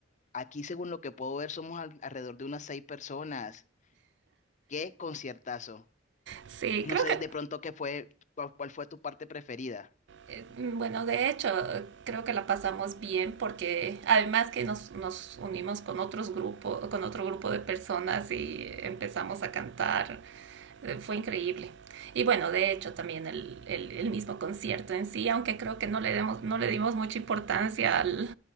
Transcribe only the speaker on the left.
aquí, según lo que puedo ver, somos al- alrededor de unas seis personas. Qué conciertazo.
No
sé
de pronto qué fue, cuál, cuál fue tu parte preferida.